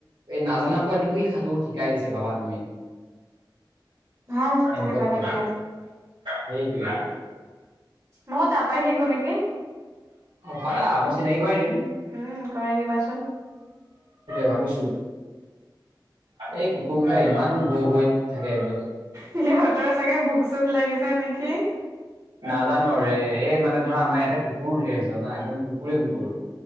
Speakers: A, on the right (about 75°); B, on the right (about 40°).
A: এই নাজানা পোৱালিটোকো সি সাঁতোৰ শিকাই দিছে ভাবা তুমি।
B: ভাল
A: এনেকুৱা
B: তেনেকুৱা
A: পোৱালি,
B: থাকিলে
A: সেইটোৱে।
B: মইও তাৰ পৰাই শিকো নিকি?
A: অঁ, পাৰা মই চিনাকী কৰাই দিম।
B: উম, কৰাই দিবাচোন।
A: ভাবিছোঁ। এই কুকুৰ গীতাই ইমান ভৌ-ভয়াই থাকে একদম।
B: সিহঁতৰ চাগে ভোক- চোক লাগিছে নেকি!
A: নাজানো আৰু ৰে। এই মানে ধৰা আমাৰ ইয়াতে কুকুৰো ধেৰ আছে, জানা একদম কুকুৰে কুকুৰ।